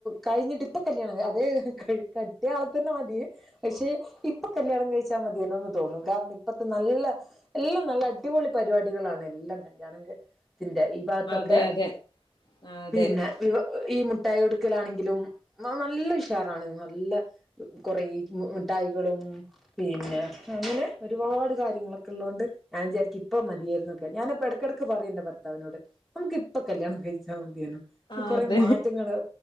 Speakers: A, in the centre; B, on the left (about 45°).
A: കഴിഞ്ഞിട്ട് ഇപ്പൊ കല്യാണം അതെ കെട്ടിയ ആള തന്നെ മതി പക്ഷെ ഇപ്പൊ കല്യാ ണം കഴിച്ച മതി ന്ന് തോന്നും കാരണം ഇപ്പത്തെ നല്ല എല്ലാം നല്ല അടിപൊളി പരിപാടികളാണ് എല്ലാം കല്യാണ ത്തിന്റെ ഈ ഭാഗത്തൊക്കെ
B: അതെ അതെ അതെ
A: പിന്നെ ഈ മിഠായി കൊടുക്കലാണെങ്കിലും നല്ല ഉഷാറാണ് നല്ല കുറേ മിഠായികളും ഉം പിന്നെ അങ്ങനെ ഒരുപാട് കാര്യങ്ങളൊക്കെ ഉള്ളുകൊണ്ട് ഞാൻ വിചാരിക്ക ഇപ്പം മതിയായിരുന്നുക്കെ ഞാനിപ്പ ഇടക്കിടയ്ക്ക് പറയുണ്ട് ഭർത്താവിനോട് നമുക്ക് ഇപ്പൊ കല്യാണം കഴിച്ചാൽ മതിയാണ്
B: അതെ
A: കൊറെ മാറ്റങ്ങള്